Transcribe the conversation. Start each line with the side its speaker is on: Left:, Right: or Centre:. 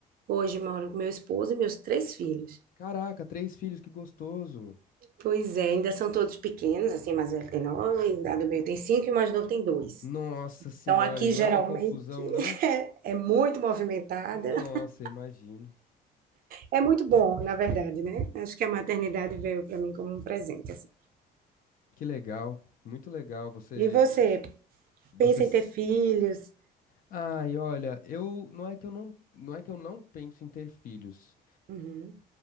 Right: Hoje moro com meu esposo e meus três filhos.
Left: Caraca, três filhos, que gostoso.
Right: Pois é, ainda são todos pequenos, assim, mais velho tem nove, a do meio tem cinco e o mais novo tem dois.
Left: Nossa senhora,
Right: Então aqui
Left: e não
Right: geralmente
Left: é uma confusão, não?
Right: é muito movimentada.
Left: Nossa,
Right: <laughs>
Left: imagino.
Right: É muito bom, na verdade, né? Acho que a maternidade veio para mim como um presente, assim.
Left: Que legal, muito legal. Você,
Right: E você,
Left: vo- você.
Right: pensa
Left: s-
Right: em ter filhos?
Left: Ai, olha, eu não é que eu não, não é que eu não penso em ter filhos.
Right: Uhum,